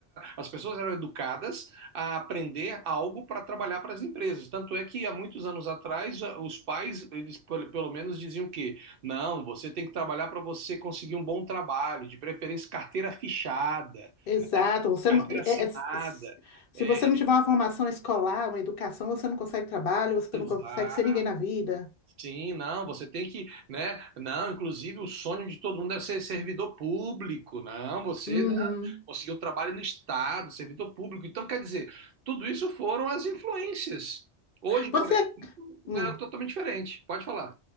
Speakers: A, on the right (about 65°); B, on the left (about 60°).
A: as pessoas eram educadas a aprender algo para trabalhar para as empresas. Tanto é que há muitos anos atrás, eh, os pais, eles pelo menos diziam que não, você tem que trabalhar para você conseguir um bom trabalho, de preferência carteira fichada,
B: Exato.
A: né?
B: Você
A: carteira
B: não, é-
A: assinada.
B: é- se
A: É,
B: você não tiver uma formação escolar, uma educação, você não consegue trabalho, você
A: exato.
B: não consegue ser ninguém na vida.
A: Sim, não, você tem que, né? Não, inclusive o sonho de todo mundo é ser servidor público. Não, você
B: Uhum.
A: né, conseguiu trabalho no Estado, servidor público. Então, quer dizer, tudo isso foram as influências. Hoje,
B: Você,
A: por exemplo,
B: hum,
A: é totalmente diferente. Pode falar.